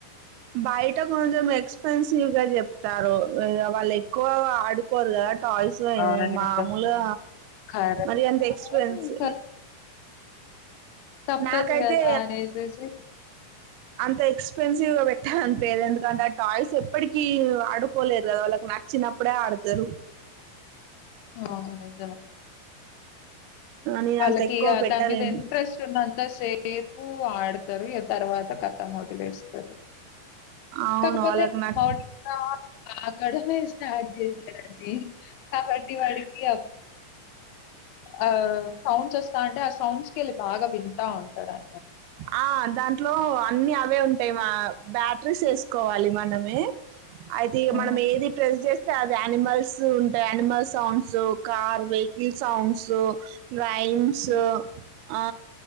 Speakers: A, on the right; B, on the left.
A: బయట కొంచెం ఎక్స్పెన్సివ్ గా చెప్తారు వాళ్ళు ఎక్కువ ఆడుకోరు కదట్ టాయ్స్ అయింది
B: అవునండి.
A: మామూలు
B: కరెక్టే.
A: మరి ఎంత ఎక్స్పెన్స్వ్
B: ఇంకా తప్పదు
A: నాకైతే
B: గదా! అనేసేసి
A: అంత ఎక్స్పెన్సివ్ గా పెట్టాలనిపదు ఎందుకంటే ఆ టాయ్స్ ఎప్పటికిీ ఆడుకోలేరు కదా వాళ్ళకి నచ్చినప్పుడే ఆడతారు
B: ఆ మన స మరి
A: నేను
B: వాళ్ళకి
A: అంత ఎక్కువ
B: ఇక
A: పెట్టలేను
B: దాని మీద ఇంట్రెస్ట్ ఉన్నంతా సేపు ఆడతారు తర్వాత కథ వదిలేస్తారు
A: అవును
B: కాకపోతే
A: వాళ్ళకి నాకు
B: మౌనింగ్ అ కడమే స్టార్ట్ చేశాడుడి కాబట్టి వాడికి అబ్బ ఆ సాౌండ్స్ వాస్ అంటే ఆ సౌంస్కి వెళ్ బాగా వి ఉంటాడున
A: ఆ దాని ఇంట్ లో అన్ని అవే ఉంటాయి మా బ్యాటరీస్ వేసుకోవాలి మనమే. అయితే ఇ
B: ఆ!
A: మనం ఏది ప్రెస్ చేస్త. అది అనిమల్స్ ఉంటాయి animal sounds car vehicle sounds. Rhymes
B: హ్మ్.
A: ఆ